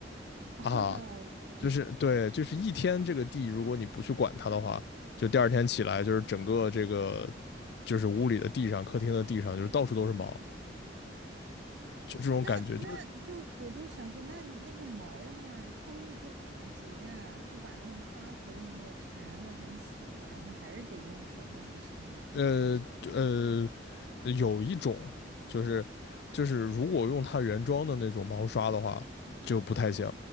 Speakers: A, on the right (about 65°); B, on the left (about 60°).
A: 哈哈，
B: 啊，
A: 我知道。
B: 就是对，就是一天这个地，如果你不去管它的话，就第二天起来就是整个这个就是屋里的地上、客厅的地上就是到处都是毛，就这种感觉，
A: 那那就我就想说，
B: 就是
A: 那那个毛的话，它会不会就是打结啊？就把那种刷头什么的缠的很死啊，然后还是得用手动去清啊？
B: 呃呃，有一种就是就是如果用它原装的那种毛刷的话，就不太行。